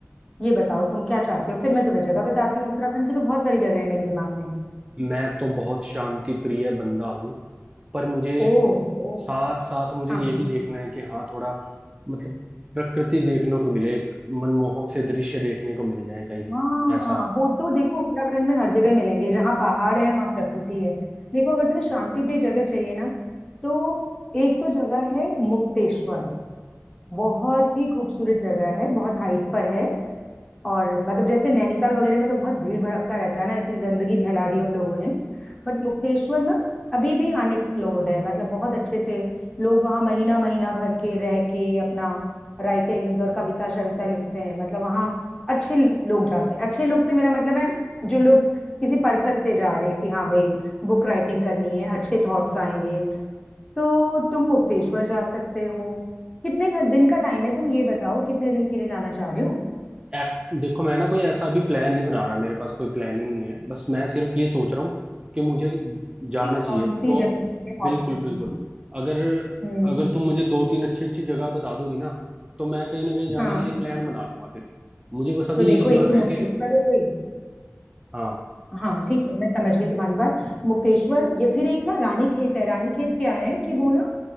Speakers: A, on the left; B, on the right.
A: ये बताओ तुम क्या चाहते हो फिर मैं तुम्हें जगह बताती हूँ उत्तराखंड की तो बहुत सारी जगह है मेरे दिमाग में
B: मैं तो बहुत शांति प्रिय बंदा हूँ पर मुझे
A: ओह ओ
B: साथ साथ मुझे
A: हाँ
B: ये भी देखना है कि हाँ थोड़ा मतलब प्रकृति देखने को मिले एक मनमोहक से दृश्य देखने को मिल जाए कहीं
A: हाँ
B: ऐसा
A: हाँ वो तो देखो उत्तराखंड में हर जगह मिलेंगे जहाँ पहाड़ है वहाँ प्रकृति है देखो अगर तुम्हें शांति प्रिय जगह चाहिए ना तो एक तो जगह है मुक्तेश्वर बहुत ही खूबसूरत जगह है बहुत हाइट पर है और मतलब जैसे नैनीताल वगैरह में तो बहुत भीड़ भड़क्का रहता है ना इतनी गंदगी फैला दी उन लोगों ने बट मुक्तेश्वर ना अभी भी अनएक्सप्लोर्ड है मतलब बहुत अच्छे से लोग वहाँ महीना महीना भर के रह के अपना राइटिंग्स और कविता शविता लिखते हैं मतलब वहाँ अच्छे लोग जाते हैं अच्छे लोग से मेरा मतलब है जो लोग किसी पर्पस से जा रहे हैं कि हाँ भाई बुक राइटिंग करनी है अच्छे थॉट्स आएंगे तो तुम मुक्तेश्वर जा सकते हो कितने घ- दिन का टाइम है तुम ये बताओ कितने दिन के लिए जाना चाह रहे हो
B: एक- देखो मैं ना कोई ऐसा अभी प्लान नहीं बना रहा मेरे पास कोई प्लानिंग नहीं है बस मैं सिर्फ ये सोच रहा हूँ कि मुझे जाना
A: कि कौन
B: चाहिए
A: सी
B: तो
A: जगह के
B: बिल्कुल
A: ऑप्शन
B: बिल्कुल
A: हैं
B: अगर
A: हम्म
B: अगर तुम मुझे दो तीन अच्छी अच्छी जगह बता दोगी ना तो मैं कहीं ना कहीं जाने
A: हाँ
B: के लिए प्लान बना लूंगा फिर मुझे बस अभी
A: तो देखो
B: यही जानना
A: एक तो मुक्तेश्वर
B: है कि
A: हो गई
B: हाँ
A: हाँ ठीक है मैं समझ गई तुम्हारी बात मुक्तेश्वर ये फिर एक ना रानी खेत है रानी खेत क्या है कि वो ना